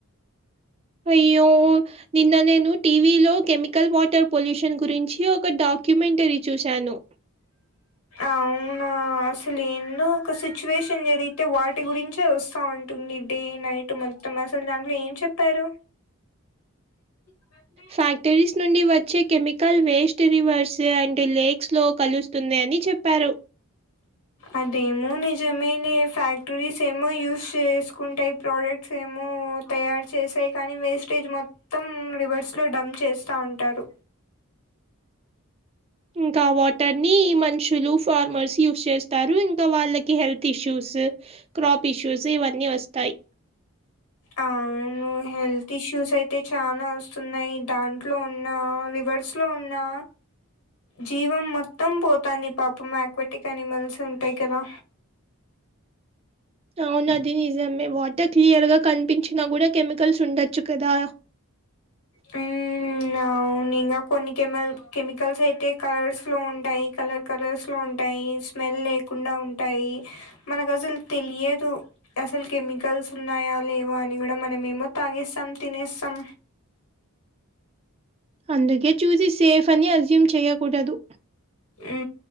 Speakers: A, on the right; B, on the left.
A: అయ్యో నిన్న నేను టీవీ లో కెమికల్ వాటర్ పొల్యూషన్ గురించి ఒక డాక్యుమెంటరీ చూశాను.
B: అవునా అసలేన్న ఒక సిచ్యువేషన్ జరిగితే వాటి గురించే వస్తా ఉం టుంది డే నైట్ మొత్తం అసలు దాంట్లో ఏం చెప్పారు? వస్సే
A: ఫ్యాక్టరీస్ నుండి వచ్చే కెమికల్ వేస్ట్ రివర్స్ అండ్ లేక్స్లో కలుస్తుంది అని చెప్పారు.
B: అదేమో నిజమేనే ఫ్యాక్టరీస్ ఏమో యూస్ చేసుకుంటాయి ప్రోడక్ట్ సేము తయారు చేసాయి కానీ వేస్టేజ్ మొ మొత్తం రివర్స్ లో డంమ్ప్ చేస్తా ఉంటారు.
A: ఇంకా వాటర్ ని మనుషులు ఫార్మర్స్ యూస్ చే తారు ఇంకా వాళ్ళకి హెల్త్ ఇష్యూస్, క్రాప్ ఇష్యూస్ ఇవన్నీ వస్తాయి.
B: అవును. హెల్త్ ఇష్యూస్ అయితే చాలా వస్తున్నాయి దాంట్లో ఉన్న రివర్స్ లో ఉన్నా. జీవం మొత్తం పోతాంది పాప యాక్వటిక్ అనిమల్స్ ఉంటాయి కదా.
A: అవునది నిజమే వాటర్ క్లియర్ గా కనిపించినా కూడా కెమికల్స్ ఉండొచ్చు కదా.
B: హ నవును ఇంగా కొన్ని కెమల్ కెమికల్స్ అయితే. కలర్స్ లో ఉంటాయి కలర్ కలర్స్ లో ఉంటాయి స్మెల్ లేకుండా ఉంటాయి. మనకు అసలుతెలియదు. అసలు కెమికల్స్ ఉన్నాయా లేవా అని కూడా మనమ ఏమో తాగేస్తాం తినేస్తాం.
A: అందుకే చూసి సేఫ్ అని అజ్యూమ్ చెయకూడదు.
B: ఆ.